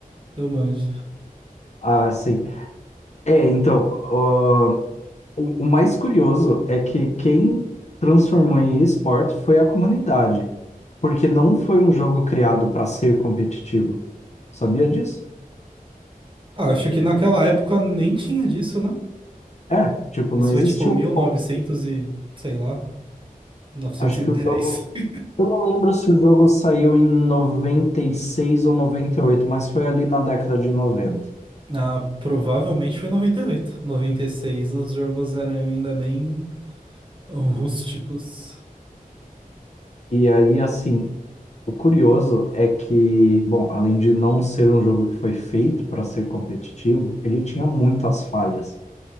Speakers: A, on the right; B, on the left.
A: eu manjo.
B: Ah, sim. É, então. ah, O o mais curioso é que quem transformou em esporte foi a comunidade, porque não foi um jogo criado para ser competitivo. Sabia disso?
A: Ah, acho que naquela época nem tinha disso, né?
B: É, tipo,
A: Isso
B: não
A: foi
B: existiu
A: tipo 1900
B: um como ser.
A: e, novecentos e, sei lá, novecentos
B: Acho
A: e
B: que
A: dez.
B: o jogo.
A: <laughs>
B: Eu não lembro se o jogo saiu em 96 ou 98, mas foi ali na década de 90.
A: Ah, provavelmente foi noventa noventa e oito, noventa e seis. os jogos eram ainda bem rústicos.
B: E aí, assim, o curioso é que, bom, além de não ser um jogo que foi feito para ser competitivo, ele tinha muitas falhas.